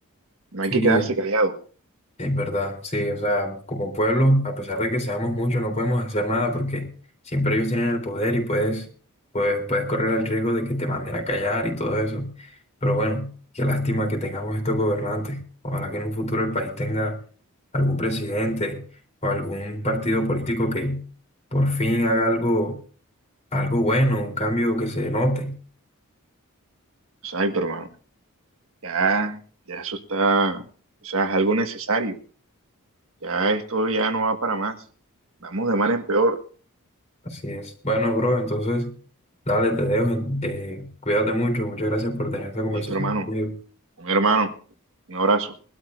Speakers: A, on the right; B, on the left.
A: No
B: Sí,
A: hay que quedarse callado,
B: Es verdad, sí, o sea, como pueblo, a pesar de que seamos muchos, no podemos hacer nada porque siempre ellos tienen el poder y puedes, puedes, puedes correr el riesgo de que te manden a callar y todo eso. Pero bueno, qué lástima que tengamos estos gobernantes. Ojalá que en un futuro el país tenga algún presidente o algún partido político que por fin haga algo, algo bueno, un cambio que se note.
A: o sea, ay, pero hermano, ya, ya eso está, o sea, es algo necesario. Ya esto ya no va para más. Vamos de mal en peor.
B: Así es. Bueno, bro, entonces, dale, te dejo. en- eh, cuídate mucho. Muchas gracias por tener esta conversación
A: Listo, hermano.
B: conmigo.
A: Un hermano. Un abrazo.